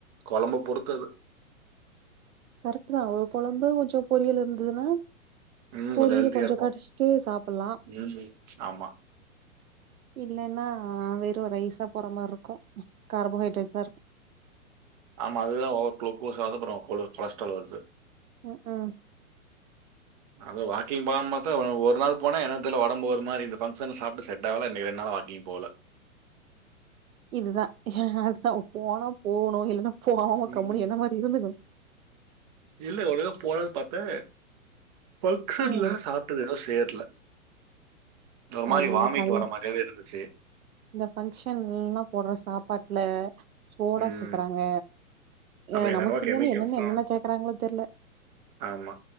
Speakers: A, on the right; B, on the right.
A: கொழம்ப பொறுத்தது
B: கரெக்ட் தா ஒரு கொழம்பு கொஞ்சோ பொரியல் இருந்ததுன்னா
A: ம்
B: பொரியல்
A: கொஞ்சம் ஹெல்த்தியாக
B: கொஞ்சொ
A: இருக்கும்
B: கடிச்சிட்டு சாப்பலா
A: ம் ஆமாம்
B: இல்லைன்னா வெறு ரைஸா போற மார்ருக்கு கார்போஹைட்ரேட்ஸா இருக்கு
A: ஆமா அதுதா ஓவர் குளூக்கோஸ் ஆவுது அப்புறோ கொல கொலஸ்ட்டால் வருது
B: அ அ
A: அது வாக்கிங் போலா பாத்தா ஒ ஒரு நாள் போனே என்னன் தெர்ல ஒடம்பு வரு மாரி இருந்தே ஃபங்கஷன்ல சாப்ட்டு செட் ஆகலன் நெனைக்கே ரெண் நாள் வா நீ போல
B: இதுதா அதா போனா போவணு இல்லைன்னா போவாம
A: ம்ஹ்ம்.
B: கம்முனு என்ன மாரி இருந்துக்கணு
A: இல்ல எவ்ளோ போலான் பாத்தே ஃபங்க்ஷன்ல
B: ம்
A: சாப் டது ஏதோ சேர்ல ஒரு மாரி
B: அது இந்த
A: வாமிட்
B: கல்
A: வர மாரியாவே இருந்துச்சு
B: இந்த ஃபங்க்ஷன்ல்லீலா போட்ற சாப்பாட்ல சோடா
A: ம்.
B: சேக்குறாங்க
A: அதான்
B: எ
A: என்னென்னமோ
B: நமக்கு தெரியாம
A: கெமிக்கல்ஸ்
B: என்னன்ன
A: தான்.
B: என்னென்ன சேக்குறாங்களோ தெர்ல
A: ஆமா